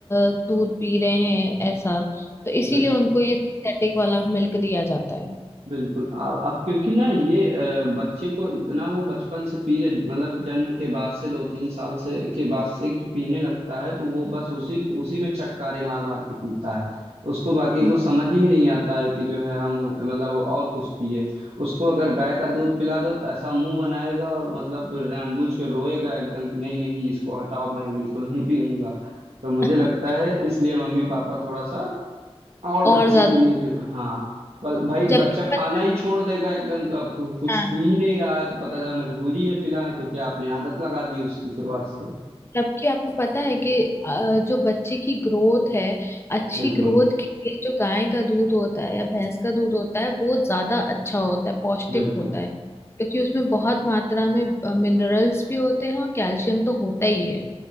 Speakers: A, on the left; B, on the right.
A: अ, दूध पी रहे हैं ऐसा तो इसीलिए
B: बिल्कुल
A: उनको ये सिंथेटिक वाला मिल्क दिया जाता है
B: बिल्कुल अब अब क्योंकि ना ये अ, बच्चे को इतना वो बचपन से पी रहे मतलब जन्म के बाद से दो तीन साल से के बाद से एक तो पीने लगता है तो वो बस उसी उसी में चटकारे मार मार के पीता है उसको बाकी
A: हम्म।
B: कुछ समझ ही नहीं आता है कि जो है हम अ, मतलब वो और कुछ पिए उसको अगर गाय का दूध पिला दो तो ऐसा मुंह बनाएगा और मतलब जानबूझ के रोएगा एकदम कि नहीं नहीं इसको हटाओ मैं बिल्कुल नहीं पीऊंगा तो मुझे
A: <laughs>
B: लगता है इसलिए मम्मी पापा थोड़ा सा और
A: और
B: बच्चे
A: ज्यादा
B: के लिए जो हाँ बल- भाई
A: जबकि
B: बच्चा खाना
A: पता-
B: ही छोड़ देगा एकदम तो अब कु- कुछ
A: हाँ
B: पी ही नहीं रहा है तो पता चला मजबूरी है पिलाना क्योंकि आपने आदत लगा दी उसकी शुरुआत से
A: जबकि आपको पता है कि अ, जो बच्चे की ग्रोथ है अच्छी
B: बिल्कुल
A: ग्रोथ के लिए जो गाय का दूध होता है या भैंस का दूध होता है वो ज्यादा अच्छा होता है पौष्टिक
B: बिल्कुल
A: होता है क्योंकि उसमें बहुत मात्रा में मिनरल्स भी होते हैं और कैल्शियम तो होता ही है